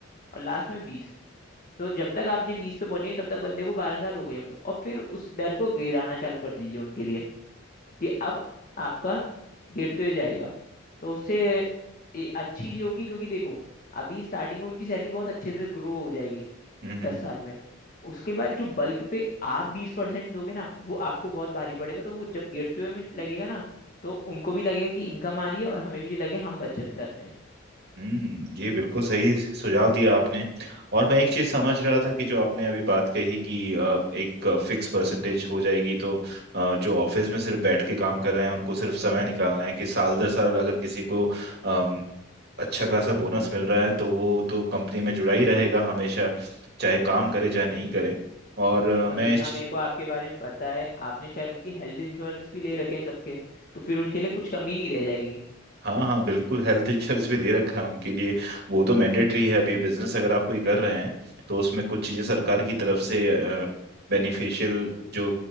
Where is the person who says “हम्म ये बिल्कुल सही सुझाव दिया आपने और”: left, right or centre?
Right